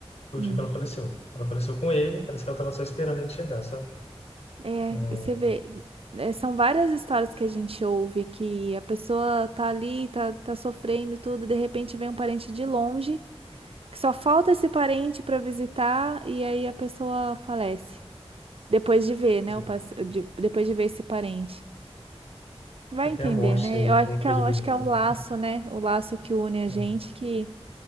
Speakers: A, on the left; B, on the right.
A: Foi
B: Hum.
A: o dia que ela faleceu. Ela faleceu com ele, parece que ela estava só esperando ele chegar, sabe?
B: É,
A: É,
B: e você vê. é, são várias histórias que a gente ouve que a pessoa tá ali, tá, tá sofrendo tudo, de repente vem um parente de longe, que só falta esse parente pra visitar, e aí a pessoa falece. Depois de ver,
A: pois
B: né? O
A: é.
B: pass... de- Depois de ver esse parente. Vai
A: Até
B: entender,
A: a morte
B: né?
A: tem um-
B: Eu acho
A: uma
B: que
A: coisa
B: é, o-
A: bonita,
B: acho que é o
A: né?
B: laço, né? O laço que une a gente
A: É,
B: que